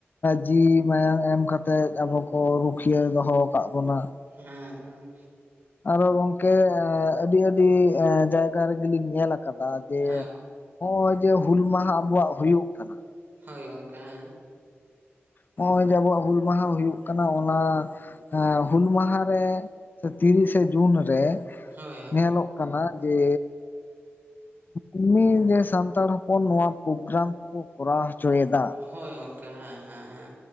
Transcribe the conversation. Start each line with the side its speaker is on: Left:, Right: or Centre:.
Left: ᱡᱤᱣᱤ ᱢᱟᱭᱟᱝ ᱮᱢ ᱠᱟᱛᱮᱜ ᱟᱵᱚ ᱠᱚ ᱨᱩᱠᱷᱤᱭᱟᱹ ᱫᱚᱦᱚ ᱟᱠᱟᱜ ᱵᱚᱱᱟ ᱾
Right: ᱦᱮᱸ ᱦᱮᱸ ᱾
Left: ᱟᱨᱚ ᱜᱚᱝᱠᱮ ᱟᱹᱰᱤ ᱟᱹᱰᱤ ᱡᱟᱭᱜᱟ ᱨᱮᱜᱮ ᱞᱤᱧ ᱧᱮᱞ ᱟᱠᱟᱫᱟ ᱡᱮ
Right: ᱦᱮᱸ
Left: ᱱᱚᱜ-ᱚᱭ ᱡᱮ ᱦᱩᱞ ᱢᱟᱦᱟ ᱟᱵᱚᱣᱟᱜ ᱦᱩᱭᱩᱜ ᱠᱟᱱᱟ
Right: ᱦᱳᱭ ᱜᱚᱝᱠᱟᱮ ᱦᱮᱸ ᱾
Left: ᱱᱚᱜ-ᱚᱭ ᱡᱮ ᱟᱵᱚᱣᱟᱜ ᱦᱩᱞ ᱢᱟᱦᱟ ᱦᱩᱭᱩᱜ ᱠᱟᱱᱟ ᱚᱱᱟ ᱦᱩᱞ ᱢᱟᱦᱟ ᱨᱮ ᱥᱮ ᱛᱤᱨᱤᱥᱮ ᱡᱩᱱ ᱨᱮ
Right: ᱦᱳᱭ ᱦᱳᱭ
Left: ᱧᱮᱞᱚᱜ ᱠᱟᱱᱟ ᱡᱮ ᱮᱢᱱᱤ ᱜᱮ ᱥᱟᱱᱛᱟᱲ ᱦᱚᱯᱚᱱ ᱱᱚᱣᱟ ᱯᱨᱳᱜᱨᱟᱢ ᱠᱚᱠᱚ ᱠᱚᱨᱟᱣ ᱦᱚᱪᱚᱭᱮᱫᱟ ᱾
Right: ᱦᱳᱭ ᱜᱚᱝᱠᱮ ᱦᱮᱸ ᱦᱮᱸ ᱦᱮᱸ